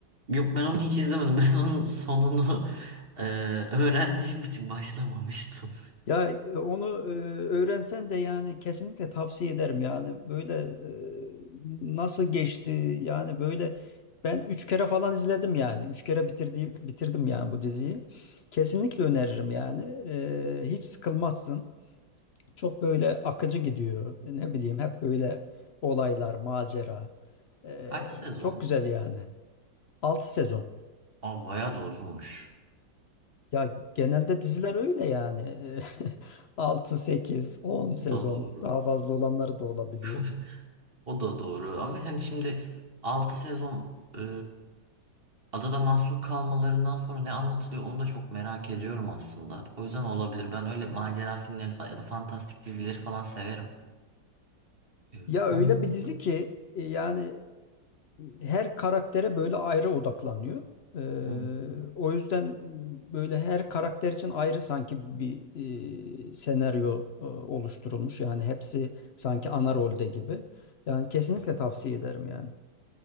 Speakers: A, on the right; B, on the left.
A: Yok ben onu hiç izlemedim. <laughs> Ben onun sonunu e, öğrendiğim için başlamamıştım.
B: Ya e, onu e, öğrensen de yani kesinlikle tavsiye ederim yani böyle e, nasıl geçti yani böyle ben üç kere falan izledim yani üç kere bitirdiğim bitirdim yani bu diziyi kesinlikle öneririm yani E, hiç sıkılmazsın çok böyle akıcı gidiyor ne bileyim hep böyle olaylar macera E,
A: Kaç sezon?
B: çok güzel yani altı sezon.
A: Aa bayağı da uzunmuş.
B: Ya genelde diziler öyle yani. <laughs> altı sekiz 10 sezon
A: Bu da doğru.
B: daha fazla olanları da olabiliyor.
A: <laughs> O da doğru ama hani şimdi altı sezon e, adada mahsur kalmalarından sonra ne anlatılıyor onu da çok merak ediyorum aslında. O yüzden olabilir. Ben öyle macera filmlerini falan ya da fantastik dizileri falan severim. E,
B: Ya
A: onun
B: öyle bir dizi ki e, yani e, her karaktere böyle ayrı odaklanıyor. E,
A: Hı.
B: o yüzden böyle her karakter için ayrı sanki bir e, senaryo e, oluşturulmuş. Yani hepsi sanki ana rolde gibi. Yani kesinlikle tavsiye ederim yani.